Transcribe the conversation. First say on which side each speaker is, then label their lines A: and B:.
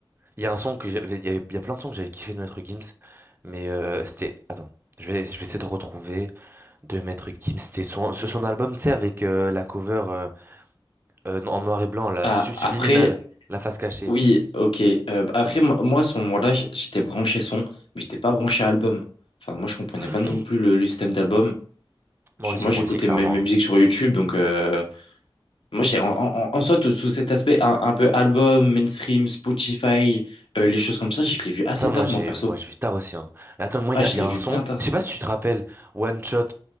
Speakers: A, on the right; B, on the left.
A: Il y a un son que j'avais, il y a, il y a plein de sons que j'avais kiffé de Maître Gims, mais euh, c'était, attends, je vais, je vais essayer de retrouver de Maître Gims. C'était son, ce- son album, tu sais, avec euh, la cover euh, euh, en noir et blanc, la
B: Ah
A: Subliminal,
B: après
A: la face cachée.
B: oui, OK. Euh, après moi moi, à ce moment-là, j- j'étais branché son, mais j'étais pas branché album. Enfin moi je comprenais
A: <clears throat>
B: pas non plus le, le système d'album.
A: Moi
B: Genre,
A: aussi,
B: moi j'écoutais
A: moi aussi, clairement.
B: mes, mes musiques
A: hein.
B: sur YouTube donc euh, Moi, j'ai, en, en, en soi, tout- sous cet aspect un, un peu album, mainstream, Spotify, euh, les choses comme ça, je l'ai vu assez
A: Ça, moi,
B: tard,
A: j'ai,
B: moi, perso.
A: moi, je suis tard aussi. hein. Mais attends, moi,
B: Ah,
A: il y
B: je
A: a, il
B: l'ai
A: y a
B: vu
A: un son.
B: bien tard.
A: Je sais pas si tu te rappelles, One Shot,